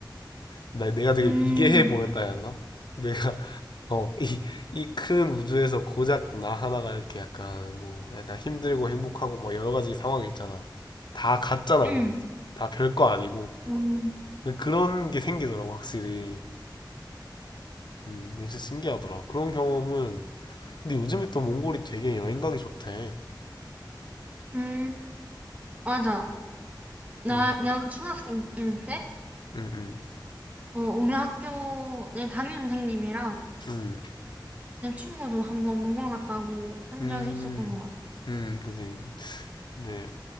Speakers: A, on the left; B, on the right.
A: 나, 내가 되게
B: 음,
A: 미개해 보였다 해야 되나? 내가, <laughs> 어, 이, 이 큰 우주에서 고작 나 하나가 이렇게 약간, 뭐, 약간 힘들고 행복하고 막 여러 가지 상황이 있잖아. 다 가짜나
B: 음,
A: 보였어. 다 별거 아니고.
B: 음,
A: 근데 그런 게 생기더라고, 확실히. 음, 진짜 신기하더라. 그런 경험은, 근데 요즘에 또 몽골이 되게 여행 가기 좋대.
B: 음, 맞아. 나,
A: 음.
B: 내가 중학생일 때,
A: 응, 응.
B: 어, 우리 학교 내 담임 선생님이랑
A: 음,
B: 내 친구도 한번 몽골 갔다고 한
A: 음,
B: 적이 있었던 것 같아.
A: 음, 그지. 근데,